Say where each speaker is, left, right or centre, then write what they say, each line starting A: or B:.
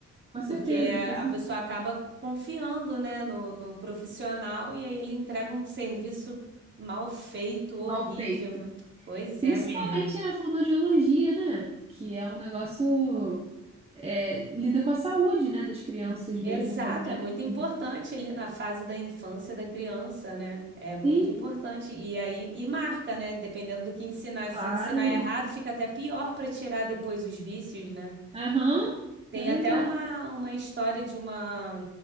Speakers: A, on the right; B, on the right.
A: com certeza.
B: Porque a
A: com certeza.
B: a pessoa acaba confiando, né, no, no profissional e aí ele entrega um serviço mal feito, horrível.
A: Mal feito.
B: Pois
A: Principalmente
B: é, menina.
A: na fonoaudiologia, né? Que é um negócio. é, lida com a saúde, né? Das crianças
B: Exato,
A: mesmo, qualidade
B: é muito
A: de vida.
B: importante ali na fase da infância da criança, né? É muito
A: Sim,
B: importante. E aí, e marca, né? Dependendo do que ensinar.
A: claro.
B: Se ensinar errado, fica até pior para tirar depois os vícios, né?
A: Aham,
B: Tem
A: é verdade.
B: até uma, uma história de uma,